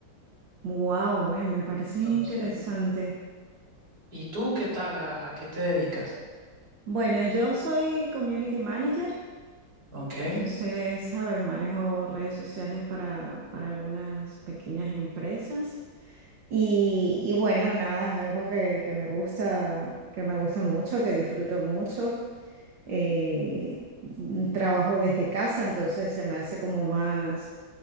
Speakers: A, on the right; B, on the right.
A: Wow, bueno, me parece
B: Entonces,
A: interesante.
B: ¿y tú qué tal? ¿A, a qué te dedicas?
A: Bueno, yo soy community manager,
B: Ok.
A: entonces, ¿sabes? Manejo redes sociales para, para algunas pequeñas empresas. Y, y bueno, nada, es algo que, que me gusta, que me gusta mucho, que disfruto mucho. eh, trabajo desde casa, entonces se me hace como más,